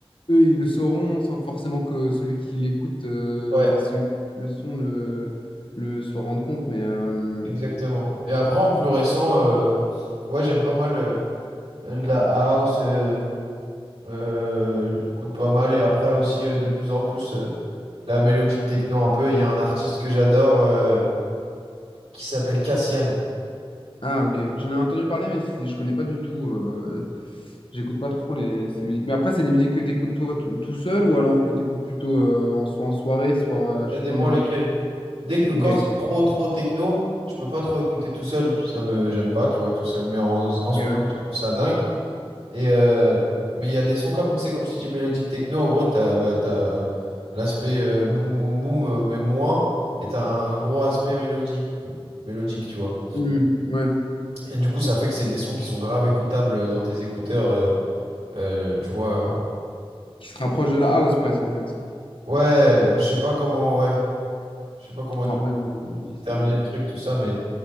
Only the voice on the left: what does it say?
eux, ils le sauront sans que forcément que celui qui l'écoute, euh,
enfin, celui qui écoute le son, le, le s'en rende compte. Mais, euh,
Ah, ok. J'en ai entendu parler, mais c'est- je connais pas du tout. euh, j'écoute pas trop les, ces musiques. Mais après, c'est des musiques que tu écoutes toi tout, tout seul ou alors que tu écoutes plutôt euh, en, soit en soirée, soit, euh, je
sais
pas moi.
Ok.
Ok,
ouais.
Hmm, ouais.
Qui se rapproche de la house presque, en fait.
Enfin, après, euh, je dis
ça, mais.